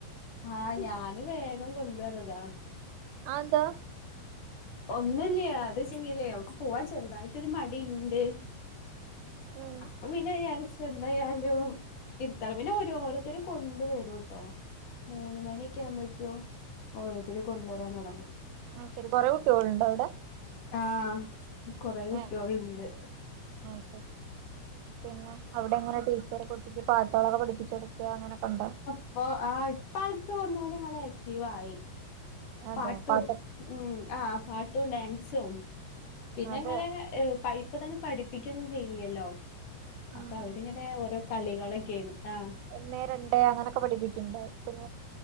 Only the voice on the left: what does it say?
ആഹ് ഞാന് വേഗം കൊണ്ടുവന്നതാ
ഒന്നുല്ലാ അത് ശരില്ലേ അവൾക്ക് പോവാൻ ചെറുതായിട്ടൊരു മടി ഇണ്ട്
അപ്പ പിന്നെ വിചാരിച്ച് എന്തായാലും ഇരുത്തല പിന്നെ ഓരോരോത്തരും കൊണ്ട വരുംട്ടോ മൂന്ന് മണിയക്കെ ആകുമ്പോഴക്കോ ഓരോരുത്തർ കൊണ്ടുവരാൻ തുടങ്ങും
ആഹ് കൊറെ കുട്ടികളുണ്ട്
ഓഹ് ആഹ് ഇപ്പം ആൾക്ക് ഒന്നു കൂടെ ആള് ആക്റ്റീവ് ആയി
പാട്ടും
മ്മ് ആഹ് പാട്ടും ഡാൻസും പിന്നെ
എങ്ങനെ പൈപ്പ് തന്നെ പഠിപ്പിക്കൊന്നും ചെയ്യില്ലല്ലോ
അപ്പൊ അവരിങ്ങനെ ഓരോ കളികളൊക്കെയന്ന് ആഹ്